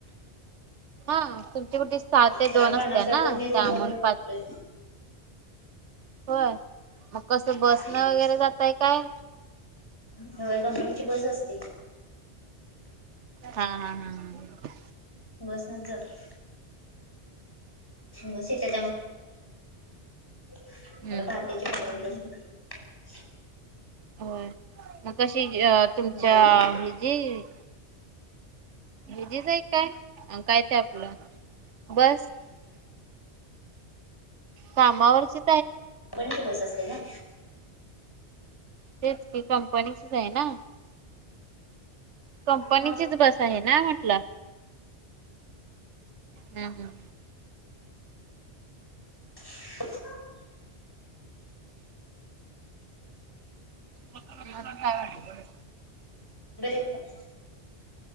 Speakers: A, on the right (about 85°); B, on the left (about 20°).
A: हा तुमची कुठे सहा ते दोन
B: चार
A: असते
B: पन्नास
A: ना
B: ला तर मी रूम
A: त्यामुळे
B: वरून निटतोय.
A: पाच होय मग कसं बसणं
B: निघतोय.
A: वगैरे जातय काय?
B: होय कंपनीची बस असते.
A: हा, हा, हा, हा.
B: बसनच जातो. बस येते एवढ
A: हम्म.
B: पहाटेच आहेच बस कुठली. <unintelligible> <unintelligible>
A: होय मग कशी तुमच्या
B: नको वाटते.
A: हे जी हजीच आहे काय काय ते आपलं बस कामावरची
B: पण बस असते ना,
A: तेच कि कंपनीचीच आहे ना. कंपनीचीच
B: हो
A: बस आहे ना म्हटलं, हम्म हम्
B: <inaudible> <inaudible> <inaudible>
A: मग काय वाटलं,
B: बर का.